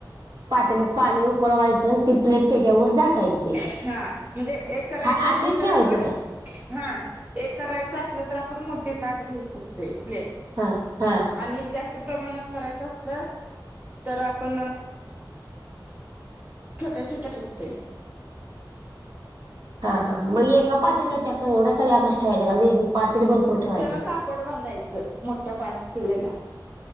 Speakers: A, on the right; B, on the right.
A: पातेला पाणी उकळवायचं आणि ती प्लेट त्याच्यावर झाकायची.
B: हां म्हणजे एक करायचं
A: हा अशीच
B: असली तर
A: ठेवायची
B: आपण
A: काय
B: हा एक करायचं असलं तर आपण मोठीे ताट घेऊ शकतो. प्लेट
A: हा हा
B: आणि जास्त प्रमाणात करायचं असलं तर आपण छोटे-छोटे चकते
A: हां हां मग एका पातीलात त्या एवढ्या सगळ्या कश्या ठेवायच्या का वेग पातेल भरपूर ठेवायचे
B: त्याला कापड बांधायचं मोठ्या पातीलाला